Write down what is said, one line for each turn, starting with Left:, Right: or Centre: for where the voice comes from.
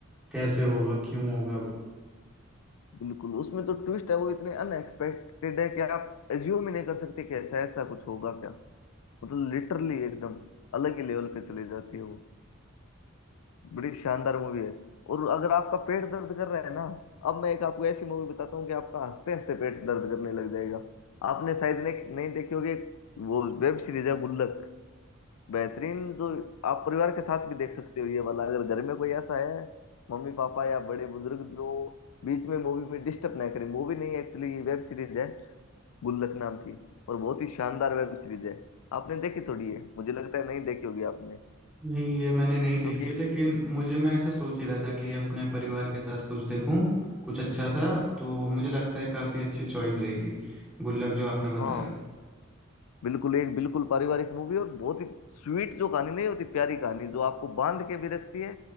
Centre: कैसे होगा क्यों होगा
Left: बिल्कुल उसमें तो ट्विस्ट है वो इतने अनएक्सपेक्टेड है कि आप एज्यूम ही नहीं कर सकते कि ऐसा ऐसा कुछ होगा क्या मतलब लिटरली एकदम अलग ही लेवल पे चली जाती है वो बड़ी शानदार मूवी है और अगर आपका पेट दर्द कर रहा है ना अब मैं एक आपको ऐसी मूवी बताता हूँ कि आपका हंसते हंसते पेट दर्द करने लग जाएगा आपने शायद ने नहीं देखी होगी एक वो वेब सीरीज है गुल्लक बेहतरीन जो आप परिवार के साथ भी देख सकते हो ये वाला अगर घर में कोई ऐसा है मम्मी पापा या बड़े बुजुर्ग जो बीच में मूवी में डिस्टर्ब ना करें मूवी नहीं एक्चुअली वेब सीरीज है गुल्लक नाम की और बहुत ही शानदार वेब सीरीज है आपने देखी थोड़ी है मुझे लगता है नहीं देखी होगी आपने
Centre: नहीं ये मैंने नहीं देखी
Left: क्योंकि
Centre: है लेकिन मुझे मैं ऐसा सोच ही रहा था कि अपने परिवार के साथ कुछ देखूं कुछ अच्छा सा तो मुझे लगता है काफ़ी अच्छी चॉइस रहेगी गुल्लक जो आपने बताया
Left: हाँ बिल्कुल एक बिल्कुल पारिवारिक मूवी और बहुत ही स्वीट जो कहानी नहीं होती प्यारी कहानी जो आपको बांध के भी रखती है